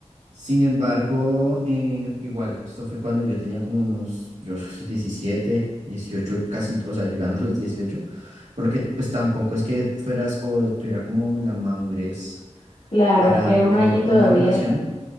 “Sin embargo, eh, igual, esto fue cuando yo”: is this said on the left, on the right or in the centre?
Right